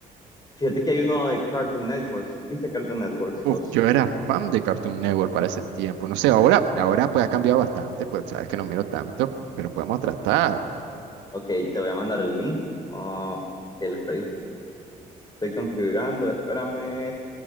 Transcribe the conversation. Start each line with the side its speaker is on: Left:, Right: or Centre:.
Left: Fíjate que hay uno de Cartoon Networks, ¿viste Cartoon Networks
Right: Uf,
Left: dos.
Right: yo era fan de Cartoon Network para ese tiempo. No sé, ahora, ahora pues ha cambiado bastante, pues sabes que no miro tanto, pero podemos tratar.
Left: Ok, te voy a mandar el link. ah, que lo estoy, estoy configurando. Espérame,